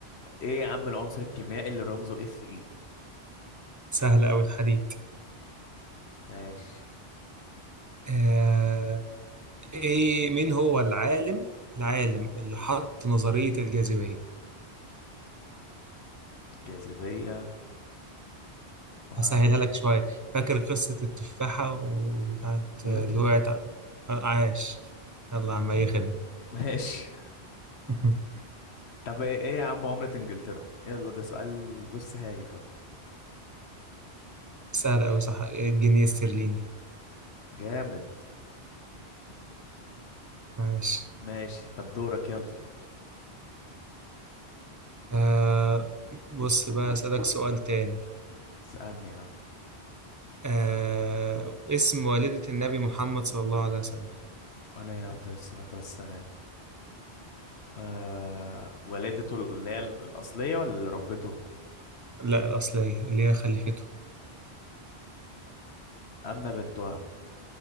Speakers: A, on the left; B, on the right.
A: ايه يا عم العنصر الكيميائي اللي رمزه اف اي
B: سهل أوي الحديد
A: ماشي
B: آه إيه مين هو العالم العالم اللي حط نظرية الجاذبية
A: الجاذبية مع
B: هسهلها لك شوية فاكر قصة التفاحة وبتاعت
A: نيوتن
B: اللي وقعت ع- عاش يلا يا عم أي خدمة
A: <laughs> ماشي
B: <laughs>
A: طب ايه إيه يا عم عملة انجلترا يلا ده سؤال بص هايف اهو
B: سهل أوي صح الجنيه الاسترليني
A: جامد
B: عاش
A: ماشي طب دورك يلا
B: آه بص بقى أسألك سؤال تاني
A: اسألني يا عم
B: آه اسم والدة النبي محمد صلى الله عليه وسلم
A: عليه افضل الصلاة والسلام آه ولادته اللي هي الأصلية ولا اللي ربته
B: لا الأصلية اللي هي خليفته
A: أمنة بنت وهب